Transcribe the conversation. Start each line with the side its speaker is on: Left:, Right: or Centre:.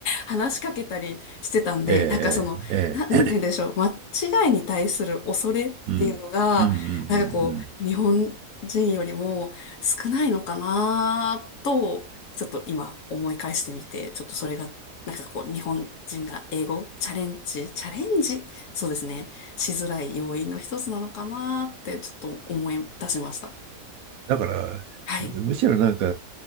Left: 話しかけたりしてたんで、
Right: ええ、
Left: なんかその、
Right: ええ。
Left: な、なんて言うんでしょう、
Right: ええ
Left: 間違いに対する恐れっていうのが、
Right: うんうんうんうんうん
Left: なんかこう、日本人よりも少ないのかなと、ちょっと今思い返してみて、ちょっとそれが、なんかこう、日本人が英語、チャレンジ、チャレンジ、そうですね、しづらい要因の一つなのかなって、ちょっと思い出しました。
Right: だから、
Left: はい。
Right: むしろなんか、